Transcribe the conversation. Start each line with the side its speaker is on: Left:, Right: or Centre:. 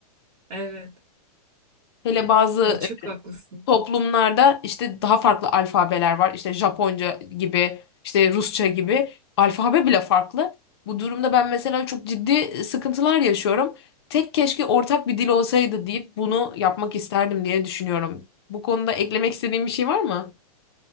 Right: Evet.
Left: hele bazı
Right: Ya çok haklısın.
Left: toplumlarda işte daha farklı alfabeler var. İşte Japonca gibi, işte Rusça gibi. Alfabe bile farklı. Bu durumda ben mesela çok ciddi sıkıntılar yaşıyorum. Tek keşke ortak bir dil olsaydı deyip bunu yapmak isterdim diye düşünüyorum. Bu konuda eklemek istediğin bir şey var mı?